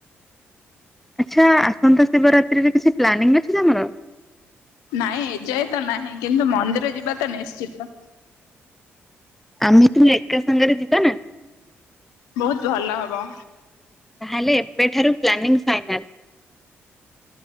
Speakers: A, in the centre; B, on the left.
A: ଆଚ୍ଛା ଆସନ୍ତା ଶିବରାତ୍ରିରେ କିଛି ପ୍ଲାନିଂ ଅଛି ତମର?
B: ନାଇଁ ଏଯାଏ ତ ନାହିଁ କିନ୍ତୁ ମନ୍ଦିର ଯିବା ତ ନିଶ୍ଚିତ।
A: ଆମେ ତୁମେ ଏକା ସାଙ୍ଗରେ ଯିବା ନା?
B: ବହୁତ ଭଲ ହବ।
A: ତାହେଲେ ଏବେଠାରୁ ପ୍ଲାନିଂ ଫାଇନାଲ।